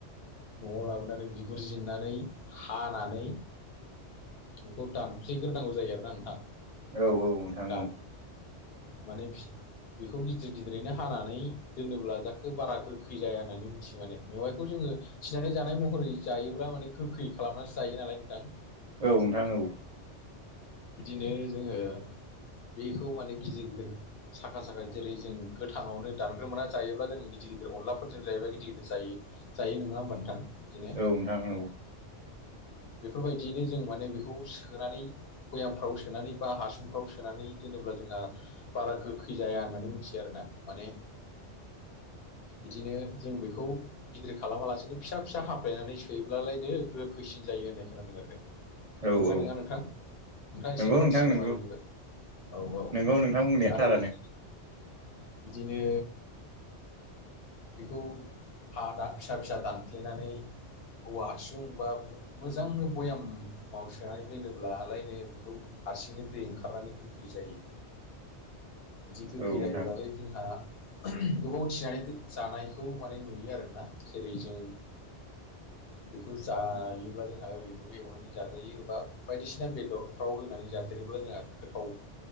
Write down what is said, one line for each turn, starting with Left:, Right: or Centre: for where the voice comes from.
Left: न'आव लाबोनानै बिगुरजिरनानै हानानै खौ दानफ्लेग्रोनांगौ जायो आरो ना नोंथां।
Right: औ औ नोंथां
Left: दान
Right: औ।
Left: माने फि बेखौ गिदिर गिदिरैनो हानानै दोनोब्ला जाखो बारा गोखै जाया होननानै मिथियो माने मेवाइखौ जोङो थिनानै जानाय महरै जायोब्ला माने गोखै खालामनानैसो जायो नालाय नोंथां।
Right: औ नोंथां औ।
Left: बिदिनो जोङो बेखौ माने गिदिर गोदोर साखा साखा जेरै जों गोथाङावनो दानग्रोमोना जायोब्ला जों गिदिर गिदिर अनलाफोरजों जायोबा गिदिर गिदिर जायो। जायो नोङा होमबा नोंथां। बिदिनो
Right: औ नोंथां औ
Left: बेफोरबायदियैनो जों माने बेखौ सोनानै भयामफ्राव सोनानै बा हासुंफ्राव सोनानै दोनोब्ला जोंहा बारा गोखै जाया होननानै मिथियो आरो ना माने इदिनो जों बेखौ गिदिर खालामालासिनो फिसा फिसा हाफ्लेनानै सोयोब्लालायनो गोखैसिन जायो होननाय खोनादों आरो नोंगोना
Right: औ औ
Left: नोङा नोंथां। ओमफ्राय
Right: नंगौ
Left: एसे एनै
Right: नोंथां
Left: मिथियो
Right: नंगौ
Left: नामा बिदिबा औ औ
Right: नंगौ नोंथां बुंनाया
Left: आरो
Right: थारानो
Left: बिदिनो बिखौ हा दा फिसा फिसा दानफ्लेनानै औवा हासुं बा मोजांनो बयाम-माव सोनानै दोनोब्लालायनो बिखौ हारसिंनो दै ओंखारनानै गोखै जायो। बिदि गोखै
Right: औ नोंथां
Left: जायोब्लालाय जोंहा गोबाव थिनानै जानायखौ माने नुयो आरोना जेरै जों बेखौ जायोब्ला जोंहा ओरैनोबो एवनानै जाजायो बा बायदिसिना बेदर फाव होनानै जादेरोब्ला जोंहा गोथाव